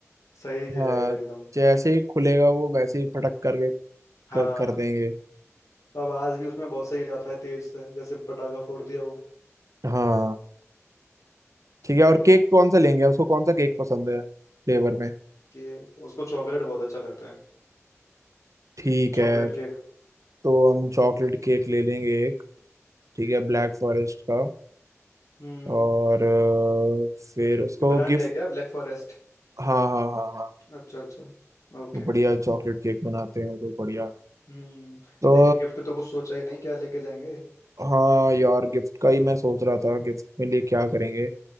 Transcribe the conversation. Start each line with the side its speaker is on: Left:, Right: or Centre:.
Left: सही रहेगा
Right: हाँ
Left: एकदम
Right: जैसे ही खुलेगा वो वैसे ही फटक करके
Left: हाँ
Right: कर, कर देंगे
Left: आवाज भी उसमें बहुत सही आता है तेज से जैसे पटाखा फोड़ दिया हो
Right: हाँ ठीक है और केक कौन सा लेंगे उसको कौन सा केक पसंद है फ्लेवर में
Left: कि उसको चॉकलेट बहुत अच्छा लगता है
Right: ठीक
Left: Chocolate
Right: है
Left: cake
Right: तो हम चॉकलेट केक ले लेंगे एक ठीक है ब्लैक फॉरेस्ट का
Left: हम्म
Right: और अ, फिर उसको
Left: ब्रांड
Right: गिफ्ट
Left: है क्या ब्लैक फॉरेस्ट
Right: हाँ हाँ हाँ हाँ
Left: अच्छा अच्छा ओके
Right: वो बढ़िया चॉकलेट केक बनाते हैं वो लोग बढ़िया
Left: हम्म
Right: तो
Left: लेकिन गिफ्ट तो कुछ सोचा ही नहीं क्या लेके जाएंगे
Right: हाँ यार गिफ्ट का ही मैं सोच रहा था गिफ्ट में लिए क्या करेंगे